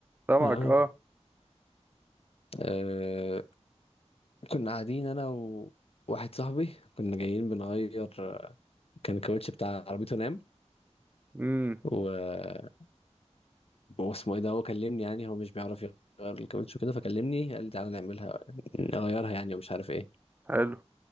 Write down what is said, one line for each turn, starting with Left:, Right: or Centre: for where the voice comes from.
Right: سامعك
Left: اه
Right: اه
Left: آه، كنا قاعدين انا وواحد صاحبي كنا جايين بنغير كان الكاوتش بتاع عربيته نام
Right: امم
Left: و... واسمه ايه ده هو كلمني يعني هو مش بيعرف يغير الكاوتش وكده فكلمني قال لي تعالى نعملها نغيرها يعني ومش عارف ايه
Right: حلو